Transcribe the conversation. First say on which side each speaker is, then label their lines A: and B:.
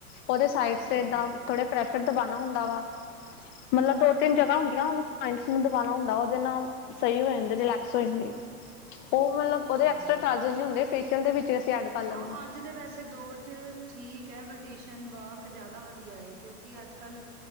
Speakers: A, on the left; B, on the right.
A: ਉਹਦੇ ਸਾਈਡ
B: ਹਮ
A: ਤੇ ਏਦਾਂ ਥੋੜੇ ਪ੍ਰੈਸ਼ ਦਬਾਨਣਾ ਹੁੰਦਾ ਵਾ ਮਤਲਬ ਦੋ ਤਿੰਨ ਜਗ੍ਹਾ ਹੁੰਦੀਆਂ ਉਹਨਾਂ ਪੁਆਇੰਟਸ ਨੂੰ ਦਬਾਨਣਾ ਹੁੰਦਾ ਵ ਜਨਾ ਸਹੀ ਹੋ ਜਾਂਦੇ
B: ਅੱਛਾ
A: ਰਿਲੈਕਸ
B: ਅੱਛਾ
A: ਹੋ ਜਾਂਦੀ। ਉਹ ਮਤਲਬ
B: ਠੀਕ
A: ਉਹਦੇ ਐਕਸਟਰਾ
B: ਹੈ।
A: ਚਾਰਜ ਨਹੀਂ ਹੁੰਦੇ। ਫੇਸ਼ੀਅਲ ਦੇ ਵਿੱਚ ਐਡ ਕਰ ਲੈਂਦੇ
B: ਹਾਂ ਅੱਜ ਦੇ ਵੈਸੇ ਦੌਰ ਚ ਠੀਕ ਹੈ ਬਊਟੀਸ਼ਨਸ਼ਨ ਵਰਕ ਜ਼ਿਆਦਾ ਵਧੀਆ ਹੈ ਕਿਉਂਕਿ ਅੱਜ ਕੱਲ